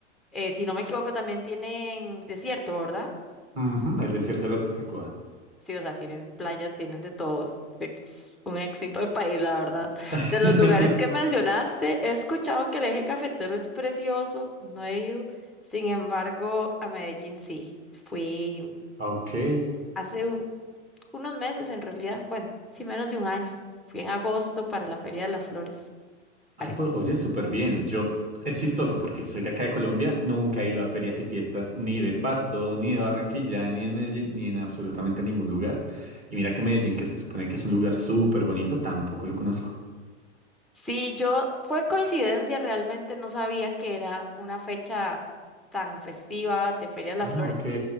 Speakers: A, in the centre; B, on the right.
A: eh, si no me equivoco, también tienen desierto, ¿verdad?
B: Ujú, el desierto de la Tatacoa.
A: Sí, o sea, tienen playas, tienen de todos. Es un éxito de país, la verdad.
B: <laughs>
A: De los lugares que mencionaste, he escuchado que el eje cafetero es precioso, no he ido. Sin embargo, a Medellín sí. Fui
B: Ok.
A: hace un- unos meses en realidad, bueno, sí menos de un año. Fui en agosto para la Feria de las Flores, parece.
B: Ah, pues, oye, súper bien. Yo, es chistoso porque soy de acá de Colombia, nunca he ido a ferias y fiestas ni de Pasto, ni de Barranquilla, ni en Medellín, ni en absolutamente ningún lugar. Y mira que Medellín, que se supone que es un lugar súper bonito, tampoco lo conozco.
A: Sí, yo, fue coincidencia, realmente no sabía que era una fecha tan festiva de Feria de las
B: Ah,
A: Flores.
B: ok.